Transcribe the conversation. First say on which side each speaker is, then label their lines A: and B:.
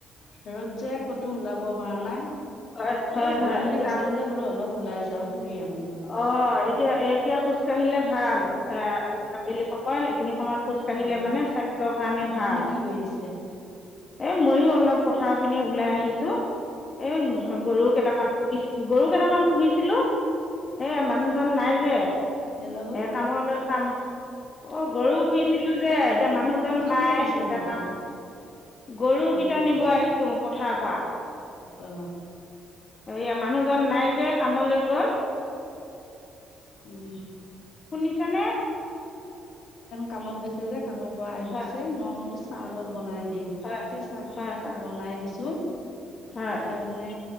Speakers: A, on the left; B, on the left.
A: ৰ'দ যে ক'তো ওলাব পৰা নাই
B: হয় হয়
A: এ
B: হয়
A: গধূলি
B: এতিয়া
A: হৈছে যে বোলো অলপ ওলাই যাওঁ ফুৰি আহোঁগৈ
B: অ এতিয়া এতিয়া খোজ কাঢ়িলে ভাল এ আবেলি সময় এখিনি সময়ত খোজকাঢ়িলে
A: অ
B: মানে স্বাস্থ্যৰ কাৰণে
A: আপুনি
B: ভাল
A: কি কৰি আছে
B: এ ময়ো অলপ পথাৰ পিনে ওলাই আহিছো এ
A: হেল্ল'
B: গৰু কেইটামান পুহি গৰু কেইটামান পুহিছ। ছিলো এ মানুহজন নাই যে
A: হেল্ল'
B: এই কামলৈ কাম। অ গৰুও ঘুৰিছিলো যে এতিয়া মানুহজন
A: কি
B: নাই
A: কৰি আছে
B: এতিয়া
A: বোলো
B: কাম। গৰু
A: অ
B: কেইটা নিব আহিছো পথাৰ। োৱা
A: অ
B: ইয়া মানুহজন নাই যে কামলৈ গল। <unintelligible>
A: উ। <unintelligible>
B: শুনিছানে
A: কামৰ পৰা আহিছে
B: হয়
A: মই বোলো চাহ অলপ বনাই দিওঁ সেই
B: হয়,
A: চাহ খিনি
B: হয়, হয়,
A: বনাই দিছো।
B: হয়,
A: এতিয়া মানে